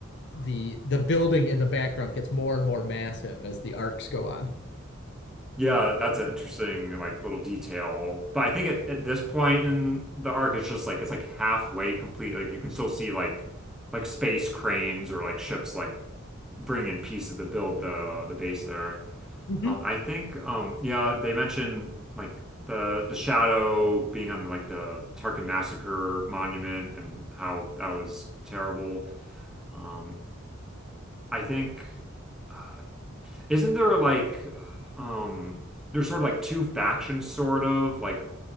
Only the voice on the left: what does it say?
the the building in the background gets more and more massive as the arcs go on.
Mhm.